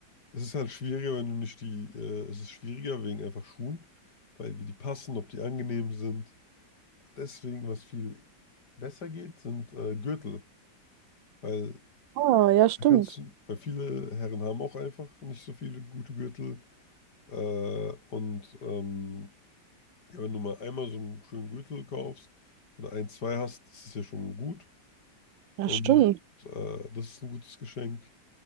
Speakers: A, on the left (about 60°); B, on the right (about 80°).
A: Es ist halt schwieriger, wenn du nicht die, äh, es ist schwieriger wegen einfach Schuhen, weil wie die passen, ob die angenehm sind. Deswegen, was viel besser geht, sind äh, Gürtel, weil
B: Ah, ja, stimmt.
A: da kannst du, weil viele Herren haben auch einfach nicht so viele gute Gürtel. Äh, und ähm, ja, wenn du mal einmal so einen schönen Gürtel kaufst oder ein, zwei hast, ist es ja schon gut. Und
B: Ja, stimmt.
A: äh, das ist ein gutes Geschenk.